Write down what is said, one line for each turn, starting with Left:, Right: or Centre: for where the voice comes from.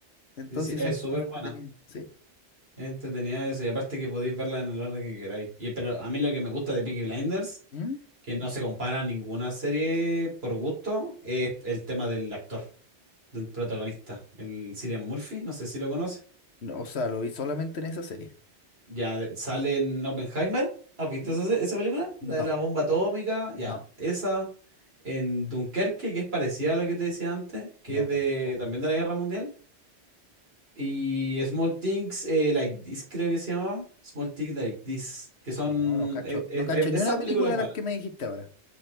Left: Entonces
Right: Sí, sí, es
Left: son,
Right: súper
Left: son entretenidas,
Right: buena.
Left: sí.
Right: Es entretenida eso. Y aparte que podéis verla en el orden que queráis. Y, pero a mí lo que me gusta de Peaky Blinders,
Left: ¿Mm?
Right: que no se compara a ninguna serie por gusto, es el tema del actor. del protagonista, el Cillian Murphy, no sé si lo conoce.
Left: No, o sea, lo vi solamente en esa serie.
Right: Ya de- sale en Oppenheimer. ¿Has visto
Left: ¿Mm?
Right: esa, esa película? La
Left: No,
Right: de la bomba atómica, ya.
Left: no,
Right: Esa en Dunkerque, que es parecida a lo que te decía antes, que
Left: no
Right: es de
Left: tampoco.
Right: también de la Guerra Mundial. Y Small Things eh, Like This, creo que se llamaba. Small Things Like This, que son...
Left: No, no cacho,
Right: e- e-
Left: no cacho
Right: e-
Left: ni
Right: esa
Left: una película
Right: película es
Left: de
Right: buena.
Left: las que me dijiste ahora.